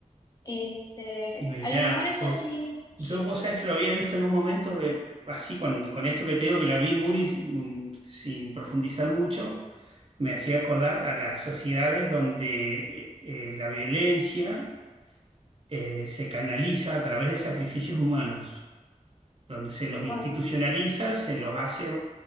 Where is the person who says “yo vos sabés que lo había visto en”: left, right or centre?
Right